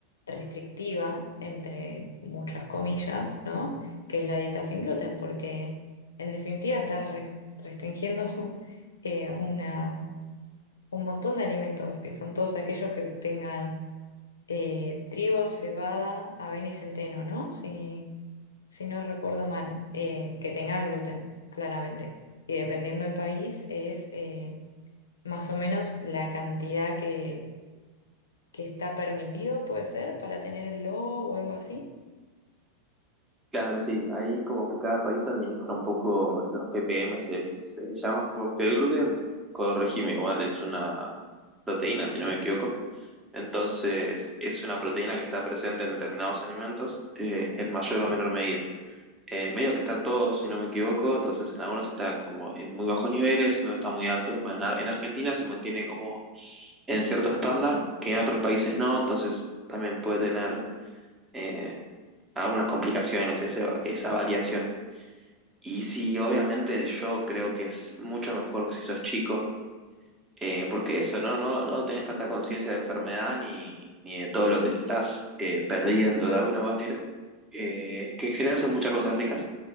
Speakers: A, on the left; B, on the right.
A: restrictiva, entre muchas comillas, ¿no? Que es la dieta sin gluten, porque en definitiva estás re- restringiendo <laughs> eh, una un montón de alimentos, que son todos aquellos que tengan eh, trigo, cebada, avena y centeno, ¿no? Si, si no recuerdo mal, eh, que tengan gluten, claramente. Y dependiendo del país, es eh, más o menos la cantidad que, que está permitido, puede ser, para tener el logo o algo así.
B: Claro, sí, ahí como que cada país administra un poco los ppm, se, se llama, porque el gluten, corregime, igual es una proteína, si no me equivoco. Entonces, es una proteína que está presente en determinados alimentos eh, en mayor o menor medida. Eh, medio que están todos, si no me equivoco, entonces en algunos está como en muy bajos niveles, en otros está muy alto. Bueno, en Ar- en Argentina se mantiene como en cierto estándar que en otros países no, entonces también puede tener eh, algunas complicaciones ese- esa variación. Y sí, obviamente yo creo que es mucho mejor que si sos chico, eh, porque eso, ¿no? No, no tenés tanta conciencia de enfermedad ni, ni de todo lo que te estás eh, perdiendo de alguna manera, eh, que en general son muchas cosas ricas.